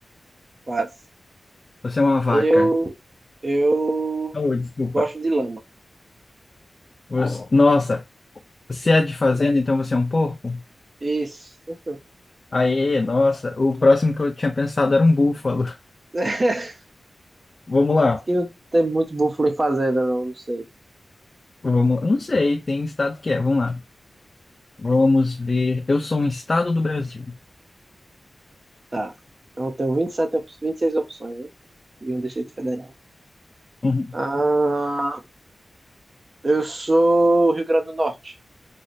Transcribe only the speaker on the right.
quase.
Eu, eu
gosto de lama.
Isso.
Acho
que não tem muito búfalo em fazenda, não, não sei.
Tá. Então eu tenho 27, op- 26 opções, né? E um Distrito Federal.
Ah, eu sou Rio Grande do Norte.